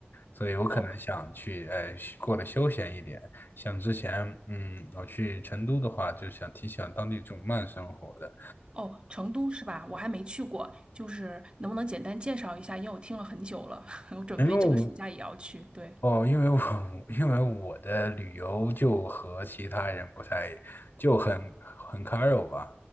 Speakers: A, on the left; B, on the right.
A: 所以我可能想去，
B: 哦
A: 哎，过得休闲一点。像之前，嗯，我去成都的话，就想挺喜当地这种慢生活的。
B: 哦，成都是吧？我还没去过，就是能不能简单介绍一下？因为我听了很久了，<laughs> 我准备这个暑假也要去。
A: 因为我
B: 对，
A: 哦，因为我 <laughs> 因为我的旅游就和其他人不太就很很 c a r u 吧，